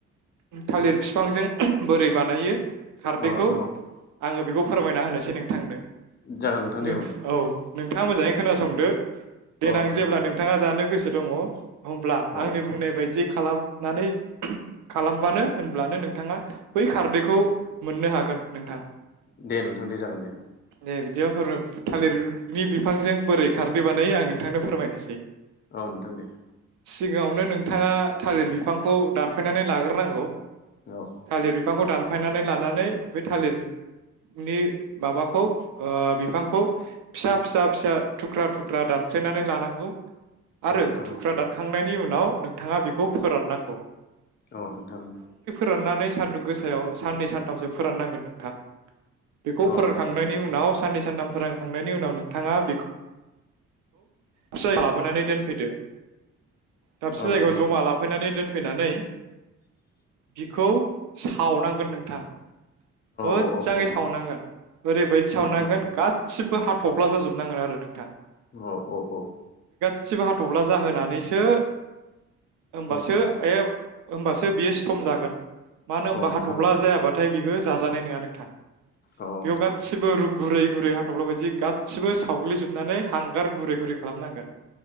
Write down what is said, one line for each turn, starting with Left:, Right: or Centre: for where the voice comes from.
Right: थालिर फिफांजों बोरै बानायो। खारदैखौ
Left: औ नोंथां औ
Right: आंङो बेखौ फोरमायना होनोसै नोंथांनो
Left: जागोन नोंथां दे
Right: नों औ नों। थाङा मोजाङै खोनासंदो। देनां
Left: नोंथां
Right: जेब्ला
Left: दे
Right: नोंथाङा जानो गोसो दङ होब्ला
Left: औ
Right: आंनि
Left: नोंथां
Right: बुंनाय
Left: दे
Right: बायदि खालामनानै खालामबानो होनब्लानो नोंथाङा बै खारदैखौ
Left: औ नोंथां
Right: मोननो हागोन नोंथां
Left: दे नोंथां दे जागोन दे
Right: दे बि बिदिफोर थालिरनि बिफांजों बोरै खारदै बानायो आं नोंथांनो फोरमायनोसै
Left: औ नोंथां दे
Right: सिगाङावनो नोंथाङा थालिर बिफांखौ दानफायनानै लाग्रो नांगौ
Left: औ
Right: थालिर बिफांखौ दानफायनानै लानानै बे थालिरनि माबाखौ बिफांखौ फिसा फिसा-फिसा थुख्रा थुख्रा दानफ्लेनानै लानांगौ आरो
Left: औ नोंथां औ
Right: थुख्रा दानखां नायनि उनाव नोंथाङा बेखौ फोरान नांगौ
Left: औ नोंथां
Right: रानानै सानदुं गोसायाव साननै सानथामसो फोराननांगोन नोंथां बेखौ
Left: औ
Right: फोरोंखांनायनि
Left: नोंथां
Right: उनाव साननै सानथाम फोरोंखांनायनि उनाव नोंथाङा बे फिस लाबोनानै दोनफैदो दाबसे
Left: औ
Right: जायगायाव
Left: नोंथां औ
Right: जमा लाफैनानै दोन फैनानै बिखौ सावनांगोन नोंथां मोजाङै
Left: औ औ औ
Right: सावनांगोन ओरैबायदि सावनांगोन
Left: उम उम उम
Right: गासिबो ह थफ्ला जाजोबनांगोन आरो नोंथां
Left: औ औ-औ
Right: गासैबो हाथब्ला जाहोनानैसो हानबासो
Left: औ
Right: होमबासो बेयो सिथम जागोन मानो होनबा
Left: औ
Right: हाथफ्ला
Left: नोंथां औ
Right: जायाबाथाय बेखौ जाजानाय नङा नोंथां
Left: औ
Right: बेयाव
Left: नोंथां
Right: गासिबो रु गुरै गुरै हाथ'ल्फा बायदि गासिबो सावग्लिजोबनानै हांगार गुरै गुरै खालामनांगोन